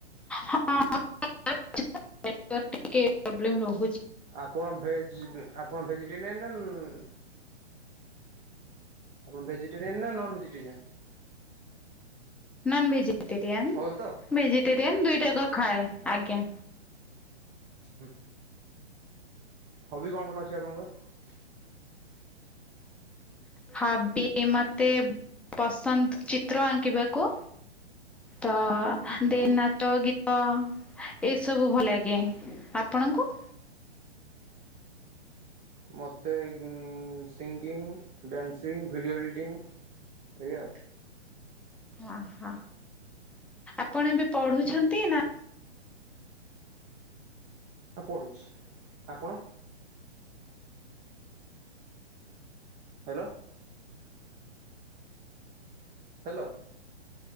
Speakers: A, in the centre; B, on the right.
A: ହଁ <inaudible> ନେଟୱାର୍କ ଟିକେ ପ୍ରବ୍ଲେମ ରହୁ
B: ଆପଣ ଭେଜ୍ ଆପଣ ଭେଜିଟେରିିଆନ ନା ନ୍ ଆପଣ ଭେଜିଟେରିଆନ୍ ନା non vegetarian?
A: Non vegetarian
B: all ତ
A: ଭେଜିଟେରିଆନ୍ ଦୁଇଟାକ ଖାଏ। ଆଜ୍ଞା,
B: ହୁଁ। ହବି କଣ କଣ ଅଛି ଆପଣଙ୍କର?
A: ହବି ମତେ ପସନ୍ଦ ଚିତ୍ର ଆଙ୍କିବାକୁ ତ
B: ଆଉ
A: ଦେନ୍ ନାଚ, ଗୀତ୍ କଁ ଏସବୁ ଭଲଲାଗେ। ଆପଣଙ୍କୁ?
B: ମୋତେ games. Singing, dancing, video editing ଏଇୟା।
A: ଅ ହ ଆପଣ ଏବେ ପଢୁଛନ୍ତି ନା
B: ଆ ପଡ଼ୁଛି। ଆପଣ? ହେଲୋ। ହ୍ୟାଲୋ।